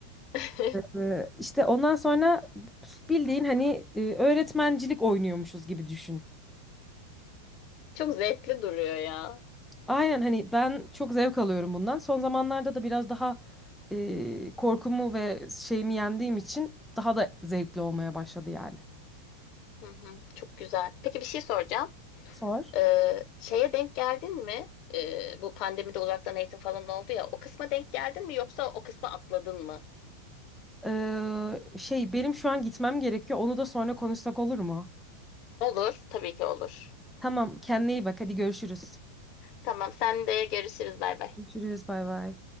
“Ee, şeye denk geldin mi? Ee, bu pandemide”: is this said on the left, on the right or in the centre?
Left